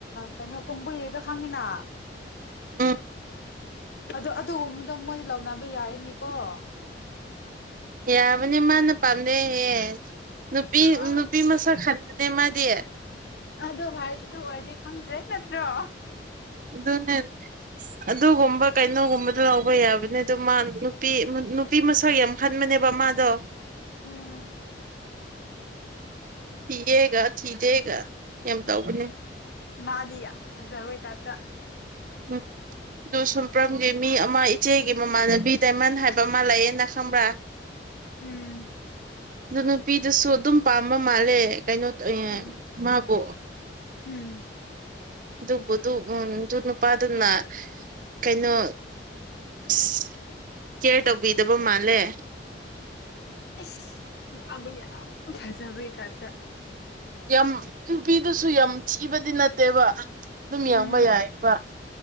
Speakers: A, on the left; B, on the right.
A: ꯀꯩꯅꯣ ꯀꯨꯝ ꯀꯨꯏꯔꯤꯗꯣ ꯈꯪꯉꯤꯅ
B: ꯎꯝ
A: ꯑꯗ ꯑꯗꯨꯒꯨꯝꯕꯗ ꯃꯣꯏ ꯂꯧꯅꯕ ꯌꯥꯏꯅꯤ ꯑꯣ
B: ꯌꯥꯕꯅꯦ ꯃꯥꯅ ꯄꯥꯝꯃꯦ ꯍꯌꯦ ꯅꯨꯄꯤ
A: ꯑ
B: ꯅꯨꯄꯤ ꯃꯁꯛ ꯈꯟꯕꯅꯦ ꯃꯥꯗꯤ
A: ꯑꯗꯨ ꯍꯥꯏꯗꯨꯗ ꯑꯣꯏꯔꯗꯤ ꯈꯪꯗ꯭ꯔꯦ ꯅꯠꯇ꯭ꯔꯣ
B: ꯑꯗꯨꯅꯦ ꯑꯗꯨꯒꯨꯝꯕ ꯀꯩꯅꯣꯒꯨꯝꯕꯗ ꯂꯧꯕ ꯌꯥꯕꯅꯦ ꯑꯗꯨ ꯃꯥ ꯅꯨꯄꯤ ꯅꯨꯄꯤ ꯃꯁꯛ ꯌꯥꯝ ꯈꯟꯕꯅꯦꯕ ꯃꯥꯗꯣ
A: ꯎꯝ
B: ꯊꯤꯌꯦꯒ ꯊꯤꯗꯦꯒ ꯌꯥꯝ ꯇꯧꯕꯅꯤ
A: ꯃꯥꯗꯤ ꯌꯥꯝ ꯐꯖꯕꯦꯏ ꯇꯥꯞꯇ
B: ꯎꯝ ꯑꯗꯨ ꯁꯨꯝꯄ꯭ꯔꯝꯒꯤ ꯃꯤ ꯑꯃ ꯏꯆꯦꯒꯤ ꯃꯃꯥꯟꯅꯕꯤ ꯗꯥꯏꯃꯟ ꯍꯥꯏꯕ ꯑꯃꯥ ꯂꯩꯥꯏꯌꯦꯅꯥ ꯈꯪꯕ꯭ꯔꯥ
A: ꯎꯝ
B: ꯑꯗꯨ ꯅꯨꯄꯤꯗꯨꯁꯨ ꯑꯗꯨꯝ ꯄꯥꯝꯕ ꯃꯥꯜꯂꯦ ꯇꯩꯅꯣ
A: ꯎꯝ
B: ꯃꯥꯕꯣꯛ <inaudible>
A: ꯎꯝ
B: ꯑꯗꯨꯕꯨꯗꯨ ꯎꯝ ꯑꯗꯨ ꯅꯨꯄꯥꯗꯨꯅ ꯀꯩꯅꯣ ꯑꯁ ꯀꯦꯌꯔ ꯇꯧꯕꯤꯗꯕ ꯃꯥꯜꯂꯦ
A: ꯑꯦꯁ ꯃꯥꯕꯨ ꯌꯥꯝꯅ ꯐꯖꯕꯩ ꯇꯞꯇ
B: ꯌꯥꯝ ꯅꯨꯄꯤꯗꯨꯁꯨ ꯌꯥꯝ ꯊꯤꯕꯗꯤ ꯅꯠꯇꯦꯕ ꯑꯗꯨꯝ
A: ꯎꯝ
B: ꯌꯥꯡꯕ ꯌꯥꯏꯕ